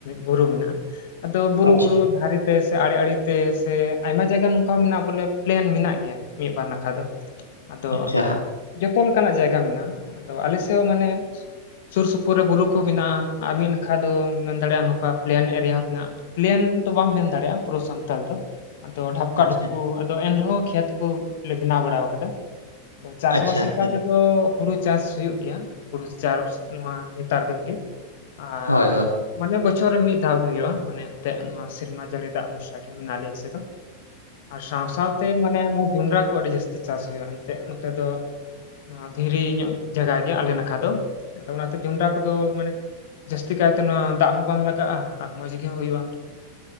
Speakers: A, on the left (about 55°); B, on the left (about 85°).
A: ᱵᱩᱨᱩ ᱢᱮᱱᱟᱜᱼᱟ᱾ ᱟᱫᱚ ᱵᱩᱨᱩ-ᱵᱩᱨᱩ
B: ᱟᱪᱪᱷᱟ
A: ᱫᱷᱟᱨᱮ ᱛᱮ ᱥᱮ ᱟᱲᱮ ᱟᱲᱮ ᱛᱮ ᱥᱮ ᱟᱭᱢᱟ ᱡᱟᱭᱜᱟ ᱱᱚᱝᱠᱟ ᱢᱮᱱᱟᱜᱼᱟ ᱵᱚᱞᱮ ᱯᱞᱮᱱ ᱢᱮᱱᱟᱜ ᱜᱮᱭᱟ᱾ ᱢᱤᱫ ᱵᱟᱨ ᱱᱟᱠᱷᱟ ᱫᱚ᱾ ᱟᱫᱚ
B: ᱟᱪᱪᱷᱟ
A: ᱡᱚᱛᱚ ᱞᱮᱠᱟᱱᱟᱜ ᱡᱟᱭᱜᱟ ᱢᱮᱱᱟᱜᱼᱟ ᱟᱫᱚ ᱟᱞᱮ ᱥᱮᱜ ᱦᱚᱸ ᱢᱟᱱᱮ ᱥᱩᱨ ᱥᱩᱯᱩᱨ ᱨᱮ ᱵᱩᱨᱩ ᱠᱚ ᱢᱮᱱᱟᱜᱼᱟ ᱟᱨ ᱢᱤᱫ ᱱᱟᱠᱷᱟ ᱫᱚ ᱢᱮᱱ ᱫᱟᱲᱮᱭᱟᱜᱼᱟ ᱱᱚᱝᱠᱟ ᱯᱞᱮᱱ ᱮᱨᱤᱭᱟ ᱢᱟᱱᱟᱜᱼᱟ᱾ ᱯᱞᱮᱱ ᱛᱚ ᱵᱟᱢ ᱢᱮᱱ ᱫᱟᱲᱮᱭᱟᱜᱼᱟ ᱯᱩᱨᱟᱹ ᱥᱟᱱᱛᱟᱞ ᱫᱚ᱾ ᱟᱫᱚ ᱰᱷᱟᱯᱠᱟ
B: ᱟᱪᱪᱷᱟ
A: ᱰᱷᱩᱚᱯᱠᱩ ᱟᱫᱚ ᱮᱱᱨᱮᱦᱚᱸ ᱠᱷᱮᱛ ᱠᱚᱞᱮ ᱵᱮᱱᱟᱣ ᱵᱟᱲᱟ ᱠᱟᱫᱟ᱾ ᱪᱟᱥᱵᱟᱥ
B: ᱟᱪᱪᱷᱟ
A: ᱞᱮᱠᱟᱛᱮᱫᱚ
B: ᱟᱪᱪᱷᱟ
A: ᱦᱩᱲᱩ ᱪᱟᱥ ᱦᱩᱭᱩᱜ ᱜᱮᱭᱟ ᱦᱩᱲᱩ ᱪᱟᱥ᱾ ᱱᱚᱣᱟ ᱱᱮᱛᱟᱨ ᱫᱤᱱ ᱜᱮ ᱟᱨ
B: ᱦᱳᱭ ᱦᱳᱭ
A: ᱢᱟᱱᱮ ᱵᱚᱪᱷᱚᱨ ᱨᱮ ᱢᱤᱫ ᱫᱷᱟᱣ ᱜᱮ ᱦᱳᱭᱳᱜᱼᱟ ᱢᱟᱱᱮ ᱮᱱᱛᱮ ᱱᱚᱣᱟ ᱥᱮᱨᱢᱟ ᱡᱟᱞᱤ ᱫᱟᱜ ᱵᱷᱚᱨᱥᱟ ᱜᱮ ᱟᱞᱮ ᱥᱮᱜ ᱫᱚ᱾ ᱟᱨ ᱥᱟᱶ ᱥᱟᱶᱛᱮ ᱢᱟᱱᱮ ᱡᱚᱸᱰᱨᱟ ᱠᱚ ᱟᱹᱰᱤ ᱡᱟᱹᱥᱛᱤ ᱪᱟᱥ ᱦᱩᱭᱩᱜᱼᱟ ᱮᱱᱛᱜ ᱱᱚᱛᱮ ᱫᱚ ᱱᱚᱣᱟ ᱫᱷᱤᱨᱤ ᱧᱚᱜ ᱡᱟᱭᱜᱟ ᱜᱮ ᱟᱞᱮ ᱱᱟᱠᱷᱟ ᱫᱚ ᱟᱫᱚ ᱚᱱᱟᱛᱮ ᱡᱚᱸᱨᱟ ᱠᱚᱫᱚ ᱢᱟᱱᱮ ᱡᱟᱹᱥᱛᱤ ᱠᱟᱭᱛᱮ ᱱᱚᱣᱟ ᱫᱟᱜ ᱦᱚᱸ ᱵᱟᱝ ᱞᱟᱜᱟᱜᱼᱟ ᱟᱨ ᱢᱚᱸᱡᱽ ᱜᱮ ᱦᱳᱭᱳᱜᱼᱟ᱾